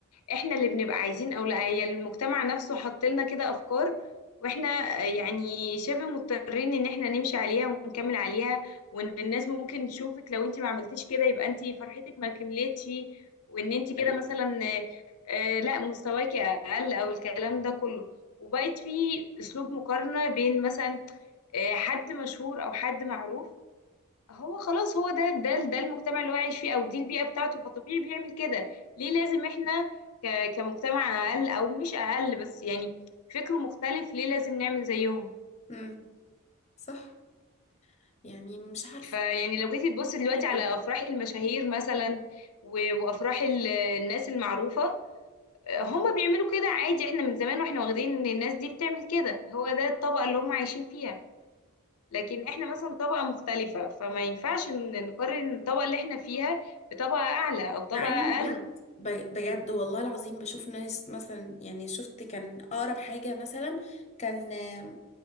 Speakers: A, on the left; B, on the left.
A: احنا اللي بنبقى عايزين او لا هي المجتمع نفسه حط لنا كده افكار واحنا يعني شبه مضطرين ان احنا نمشي عليها ونكمل عليها وان الناس ممكن تشوفك لو انت ما عملتيش كده يبقى انت فرحتك ما كملتش وان انت كده
B: أيوة.
A: مثلا آه، لا مستواكي اقل او الكلام ده كله وبقت في اسلوب مقارنة بين مثلا آه، حد مشهور او حد معروف هو خلاص هو ده ده ده المجتمع اللي هو عايش فيه او دي البيئه بتاعته فطبيعي بيعمل كده ليه لازم احنا ك- كمجتمع اقل او مش اقل بس يعني فكره مختلف ليه لازم نعمل زيهم
B: امم صح يعني مش عارفة
A: فيعني لو جيتي تبصي دلوقتي
B: جدا
A: على افراح المشاهير مثلا و- وافراح ال- الناس المعروفه هم بيعملوا كده عادي احنا من زمان واحنا واخدين ان الناس دي بتعمل كده هو ده الطبقه اللي هم عايشين فيها لكن احنا مثلا طبقه مختلفه فما ينفعش ن- نقارن الطبقه اللي احنا فيها بطبقه اعلى او طبقه
B: مع اني
A: اقل
B: بجد ب- بجد والله العظيم بشوف ناس مثلا يعني شفت كان اقرب حاجة مثلا كان آم،